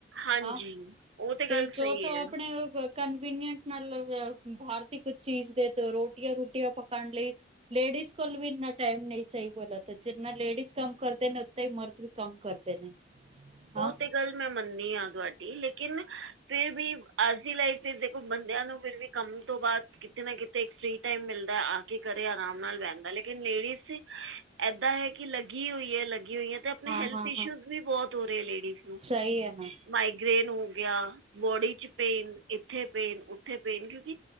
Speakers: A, on the right; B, on the right.
A: ਹਾਂਜੀ
B: ਹਾਂ
A: ਉਹ ਤਾਂ ਗੱਲ
B: ਤੇ ਜੋ
A: ਸਹੀ
B: ਤ
A: ਹੈ
B: ਆਪਣੇ ਕਨਵੀਨੀਅਂਟ ਨਾਲ ਬਾਹਰ ਦੀ ਕੁਝ ਚੀਜ਼ ਦੇ, ਰੋਟੀਆਂ ਰੂਟੀਆਂ ਪਕਾਉਣ ਲਈ ਲੇਡੀ ਲੇਡੀਜ਼ ਕੋਲ ਵੀ ਇੰਨਾ ਟਾਈਮ ਨਹੀਂ, ਸਹੀ ਬੋਲਾਂ ਤੇ ਜਿੰਨਾ ਲੇਡੀਜ਼ ਕੰਮ ਕਰਦੇ ਨੇ, ਉਤਨਾ ਹੀ ਮਰਦ ਵੀ ਕੰਮ ਕਰਦੇ ਨੇ। ਹਾਂ
A: ਔ ਤੇ ਗੱਲ ਮੈਂ ਮੰਨਦੀ ਹਾਂ ਤੁਹਾਡੀ, ਲੇਕਿਨ ਫਿਰ ਵੀ ਅੱਜ ਦੀ ਲਾਈਫ ਵਿੱਚ ਦੇਖੋ ਬੰਦਿਆਂ ਨੂੰ ਫਿਰ ਵੀ ਕੰਮ ਤੋਂ ਬਾਅਦ ਕਿਤੇ ਨਾ ਕਿਤੇ ਇੱਕ ਫ੍ਰਰੀ ਟਾਈਮ ਮਿਲਦਾ ਆ ਕੇ। ਘਰੇ ਆਰਾਮ ਨਾਲ ਬਹਦਾ, ਲੇਕਿਨ ਲੇਡੀਜ਼ ਏਦਾਂ ਹੈ ਕਿ ਲੱਗੀ ਹੋਈ ਹੈ, ਲੱਗੀ ਹੋਈ ਤੇ ਆਪਣੇ
B: ਹਾਂ
A: ਹੈਲਥ
B: ਹਾਂ
A: ਇਸ਼ੂ
B: ਹਾਂ
A: ਵੀ ਬਹੁਤ ਹੋ ਰਹੇ ਲੇਡੀਜ਼ ਨੂੰ,
B: ਸਹੀ ਹੈ ਨਾ
A: ਮਾਈਗ੍ਰੇਨ ਹੋ ਯਾ, ਬੋਡੀ ਚ ਪੇਨ ਇੱਥੇ ਪੇਨ ਉੱਥੇ ਪੇਨ ਕਿਉਂਕਿ